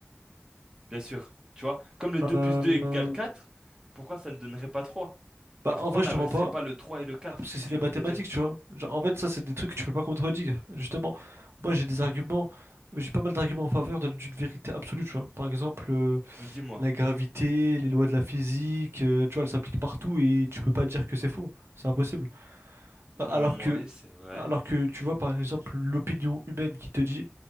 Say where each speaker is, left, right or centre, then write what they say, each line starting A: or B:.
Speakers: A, on the right; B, on the right.
A: Bien sûr, tu vois? Comme le 2
B: Euh,
A: plus 2 égale 4. pourquoi ça ne donnerait pas trois
B: Bah,
A: Et pourquoi
B: en vrai,
A: on
B: je
A: n'adresserait
B: te mens pas,
A: pas le 3 et le quatre
B: parce que c'est
A: J'ai
B: les
A: envie
B: mathématiques,
A: de te dire.
B: tu vois. Genre, en fait, ça, c'est des trucs que tu peux pas contredire, justement. Moi, j'ai des arguments, j'ai pas mal d'arguments en faveur de- d'une vérité absolue, tu vois. Par exemple, euh,
A: Dis-moi.
B: La gravité, les lois de la physique, euh, tu vois, elles s'appliquent partout et tu peux pas dire que c'est faux. C'est impossible. A-
A: Mm,
B: Alors que,
A: Ouais, c'est vrai.
B: alors que tu vois, par exemple, l'opinion humaine qui te dit,